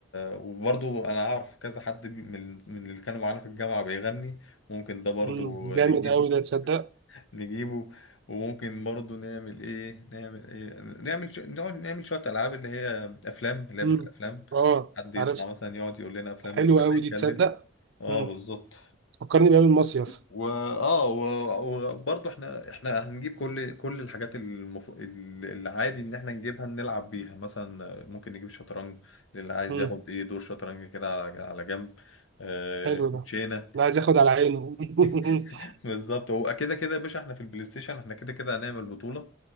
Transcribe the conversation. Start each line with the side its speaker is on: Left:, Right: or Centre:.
Left: وبرضه انا اعرف كذا حد بي- من من اللي كانوا معانا في الجامعة بيغني ممكن ده برضه
Right: مم. جامد
Left: نجيبه
Right: قوي ده تصدق
Left: <laughs> نجيبه وممكن برضه نعمل ايه نعمل ايه نعمل ش... نقعد نعمل شوية العاب اللي هي افلام لعبة
Right: مم.
Left: الافلام
Right: اه
Left: حد يطلع
Right: عارف
Left: مثلا يقعد يقول لنا افلام
Right: حلو
Left: من غير
Right: قوي
Left: ما
Right: دي
Left: يتكلم
Right: تصدق
Left: اه
Right: مم.
Left: بالظبط
Right: فكرني بقى بالمصيف
Left: واه و- وبرضه احنا احنا هنجيب كل كل الحاجات المف... ال- العادي ان احنا نجيبها نلعب بيها مثلا ممكن نجيب شطرنج للي عايز
Right: مم.
Left: ياخد ايه دور شطرنج كده على على جنب آه
Right: حلو
Left: كوتشينه
Right: ده لا عايز ياخد على عينه <laughs>
Left: <laughs> بالظبط هو كده كده يا باشا احنا في البلاي ستيشن احنا كده كده هنعمل بطوله